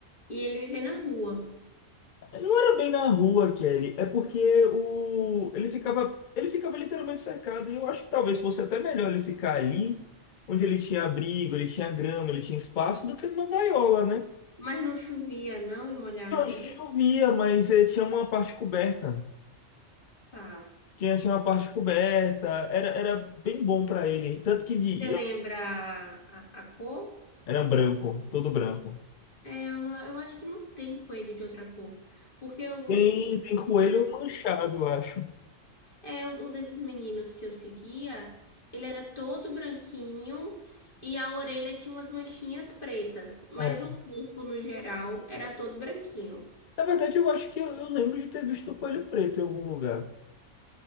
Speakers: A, on the left; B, on the left.
A: e ele vive na rua.
B: Não era bem na rua, Kelly, é porque o ele ficava ele ficava literalmente cercado e eu acho que talvez fosse até melhor ele ficar ali, onde ele tinha abrigo, ele tinha grama, ele tinha espaço, do que numa gaiola, né?
A: Mas não chovia, não, e molhava
B: Não
A: ele?
B: chovia, mas eh, tinha uma parte coberta.
A: Tá.
B: Tinha, tinha uma parte coberta, era, era bem bom pra ele. Tanto que ele-
A: Você lembra
B: eu-
A: a, a, a cor?
B: era branco, todo branco.
A: É, eu, não- eu acho que não tem coelho de outra cor. Porque o,
B: Tem,
A: o, o,
B: tem coelho
A: o,
B: manchado, eu acho.
A: É, um desses meninos que eu seguia, ele era todo branquinho e a orelha tinha umas manchinhas pretas, mas
B: É.
A: o corpo, no geral, era todo branquinho.
B: Na verdade, eu acho que eu, eu lembro de ter visto coelho preto em algum lugar.